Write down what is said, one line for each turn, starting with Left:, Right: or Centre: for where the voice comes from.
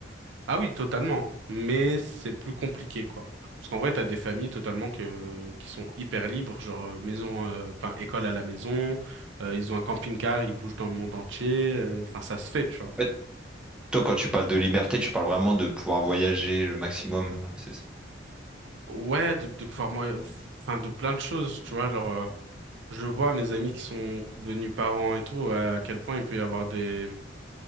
Right: Ah oui, totalement. Mais c'est plus compliqué, quoi. Parce qu'en vrai, t'as des familles totalement que, qui sont hyper libres, genre euh, maison, euh, enfin école à la maison, euh, ils ont un camping-car, ils bougent dans le monde entier, euh, enfin ça se fait, tu vois.
Centre: En fait, toi, quand tu parles de liberté, tu parles vraiment de pouvoir voyager le maximum, ouais, c'est ça.
Right: Ouais, de, de pouvoir, moi, enfin de plein de choses, tu vois, genre euh, je vois mes amis qui sont devenus parents et tout, à quel point il peut y avoir des,